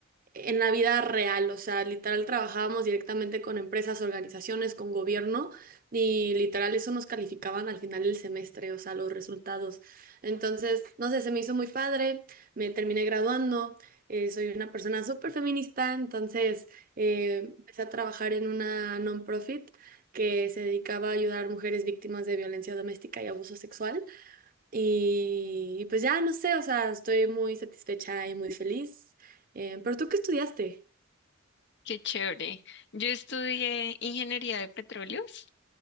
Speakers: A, on the right; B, on the left.
A: en la vida real, o sea, literal trabajábamos directamente con empresas, organizaciones, con gobierno y literal eso nos calificaban al final del semestre, o sea, los resultados. Entonces, no sé, se me hizo muy padre, me terminé graduando, eh, soy una persona súper feminista, entonces eh, empecé a trabajar en una non-profit que se dedicaba a ayudar a mujeres víctimas de violencia doméstica y abuso sexual. Y, y pues ya, no sé, o sea, estoy muy satisfecha y muy feliz. Eh, ¿pero tú qué estudiaste?
B: Qué chévere. Yo estudié ingeniería de petróleos.